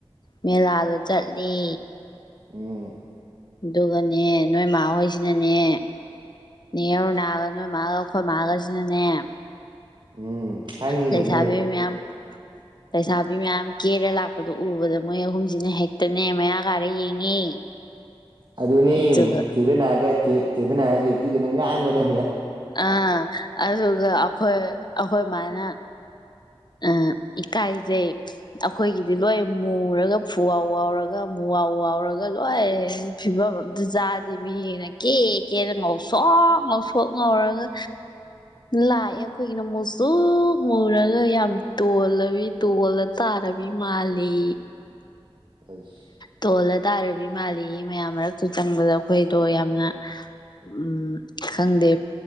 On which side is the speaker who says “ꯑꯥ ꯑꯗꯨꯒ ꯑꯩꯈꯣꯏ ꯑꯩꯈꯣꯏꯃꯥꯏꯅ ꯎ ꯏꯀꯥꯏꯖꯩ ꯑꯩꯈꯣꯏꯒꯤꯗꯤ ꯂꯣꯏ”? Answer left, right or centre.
Left